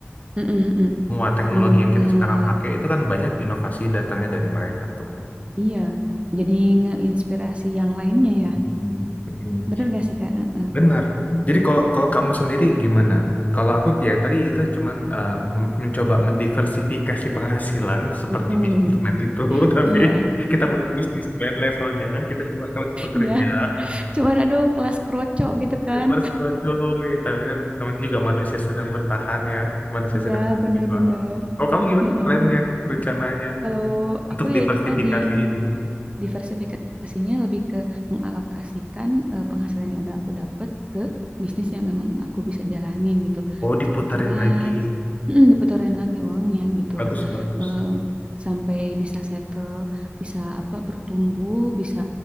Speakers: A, on the right; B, on the left.
A: Mm-mm, mm-mm.
B: Semua teknologi
A: Bener-bener.
B: yang kita sekarang pakai itu kan banyak inovasi datangnya dari mereka tuh.
A: Iya. Jadi ngeinspirasi yang lainnya ya.
B: Hmm. hmm.
A: Bener gak sih, Kak? Mm-mm.
B: Benar. Jadi kalau kalau kamu sendiri gimana? Kalau aku ya tadi itu cuman eh, m- mencoba mendiversifikasi penghasilan seperti
A: Mm-mm.
B: bisnismen itu, <laughs> tapi
A: Iya,
B: kita bukan bisnismen levelnya, kita cuma kelas pekerja,
A: iya. Cuman aduh kelas kroco gitu kan.
B: kelas kroco, ya, tapi kan namanya juga manusia sedang bertahan ya, manusia
A: Iya,
B: sedang berjuang.
A: bener-bener.
B: Kalau kamu gimana
A: Heeh.
B: plannya, rencananya
A: Kalau
B: untuk
A: aku ya
B: diversifikasi
A: itu tadi.
B: ini?
A: Diversifikasinya lebih ke mengalokasikan eh, penghasilan yang udah aku dapat ke bisnis yang memang aku bisa jalanin gitu.
B: Oh,
A: Kecil-kecilan,
B: diputarin lagi.
A: <clears throat> diputerin lagi uangnya gitu.
B: Bagus, bagus.
A: Eh, sampai bisa settle, bisa apa bertumbuh, bisa